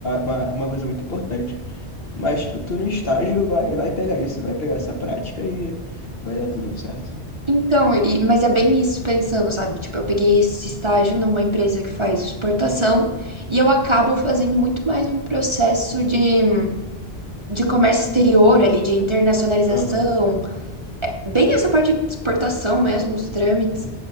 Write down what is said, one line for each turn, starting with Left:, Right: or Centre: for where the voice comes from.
Left: uma, uma coisa muito importante. Mas tu, tu no estágio vai, vai pegar isso, vai pegar essa prática e vai dar tudo certo.
Right: Então, e- mas é bem isso pensando, sabe? Tipo, eu peguei esse estágio numa empresa que faz exportação e eu acabo fazendo muito mais um processo de, de comércio exterior ali, de internacionalização,
Left: Aham,
Right: bem essa parte de exportação mesmo, os trâmites.